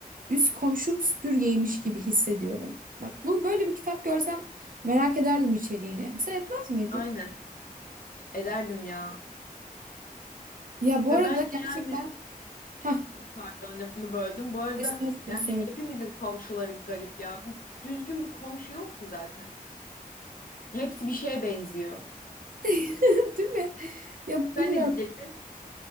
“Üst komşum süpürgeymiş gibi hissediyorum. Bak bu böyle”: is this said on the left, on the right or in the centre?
Right